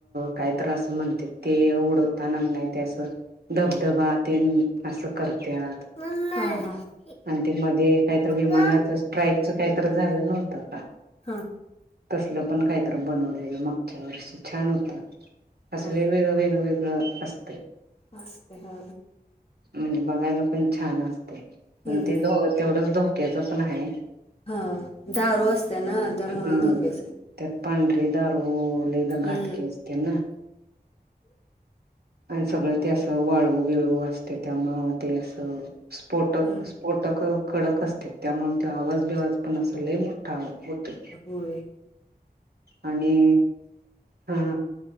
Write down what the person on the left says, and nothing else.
<inaudible>
हां
हां
हां
असस्ते का
हम्म,
हम्म.
हां दारू असते ना त्यामुळे
धोक्याच
हम्म
हं.
होर